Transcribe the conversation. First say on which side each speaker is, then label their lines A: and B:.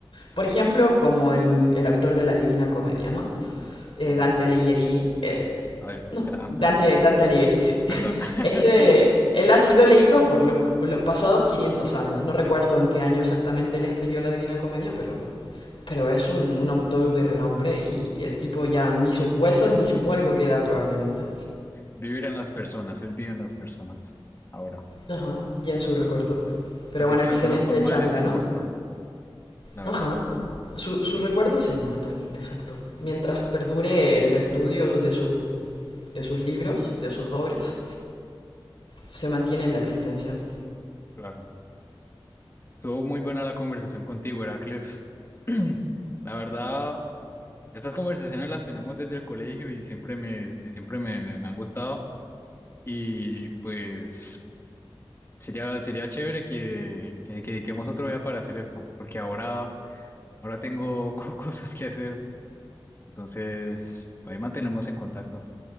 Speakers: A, on the left; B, on the left.
A: Por ejemplo, como el, el autor de la Divina Comedia, ¿no? Eh,
B: Homero,
A: Dante Alighieri. eh,
B: A ver,
A: no,
B: era
A: Dante,
B: antes,
A: Dante Alighieri, sí.
B: perdón.
A: <laughs>
B: <laughs>
A: Ese, él ha sido leído por los, por los pasados 500 años. No recuerdo en qué año exactamente él escribió la Divina Comedia,
B: Ujú.
A: pero, pero es un, un autor de renombre y el tipo ya ni sus huesos ni su polvo queda probablemente.
B: Vivir en las personas, él vive en las personas ahora.
A: Ajá, ya en su recuerdo. Pero
B: Así
A: bueno,
B: que
A: excelente
B: de alguna forma
A: charla,
B: él es inmortal,
A: ¿no?
B: la verdad,
A: Ajá. Su, su recuerdo es inmortal, exacto. Mientras perdure el estudio de su, de sus libros, de sus obras, se mantiene en la existencia.
B: claro. Estuvo muy buena la conversación contigo, Heracles. <clears throat> La verdad, Estas conversaciones las tenemos desde el colegio y siempre me, sí, siempre me, me- me han gustado. Y pues sería, sería chévere que, que, que dediquemos otro día para hacer esto, porque ahora, ahora tengo co- <laughs> cosas que hacer. Entonces, ahí mantenemos en contacto.